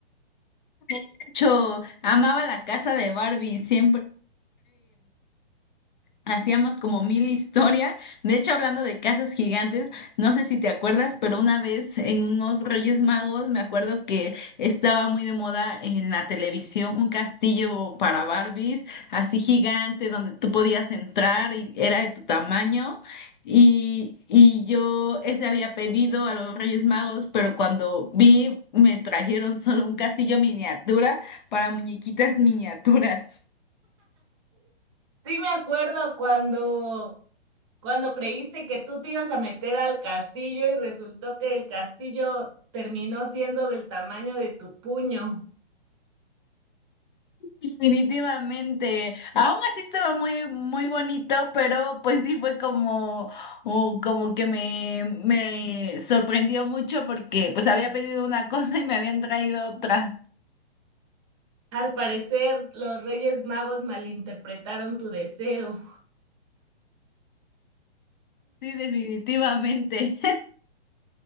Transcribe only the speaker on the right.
Sí me acuerdo cuando, cuando creíste que tú te ibas a meter al castillo y resultó que el castillo terminó siendo del tamaño de tu puño.
Al parecer, los Reyes Magos malinterpretaron tu deseo.